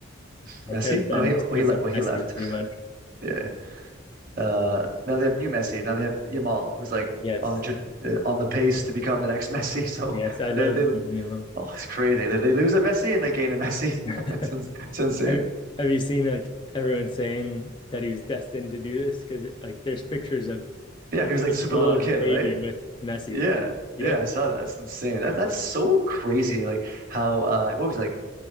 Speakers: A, on the right; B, on the left.
A: Messi.
B: I chose them
A: Oh, no, he
B: just
A: oh,
B: because
A: he left.
B: of
A: Well, he
B: Messi,
A: left.
B: pretty much.
A: Yeah. Uh, now they have new Messi. Now they have Yamal, who's like
B: Yes.
A: on the tra- uh, on the pace to become the next Messi. <laughs> So
B: Yes, I love
A: they they
B: Lamine Yamal.
A: oh, it's crazy. They, they lose a Messi and they gain a Messi.
B: <laughs>
A: <laughs> It's, ins- it's insane.
B: Have, have you seen like everyone saying that he was destined to do this? Because like there's pictures of
A: Yeah, he was like
B: Yamal
A: super little
B: as
A: kid,
B: a baby
A: right?
B: with Messi.
A: Yeah,
B: Yep.
A: yeah, I saw that. That's insane. That that's so crazy. Like how uh what was he, like